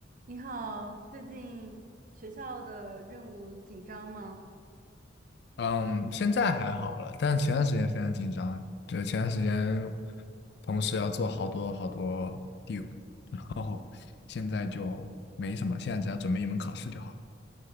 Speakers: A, on the right; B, on the left.
A: 你好，最近学校的任务紧张吗？
B: 嗯，现在还好了，但前段时间非常紧张。对，前段时间同时要做好多好多 due，然后现在就没什么，现在只要准备一门考试就好。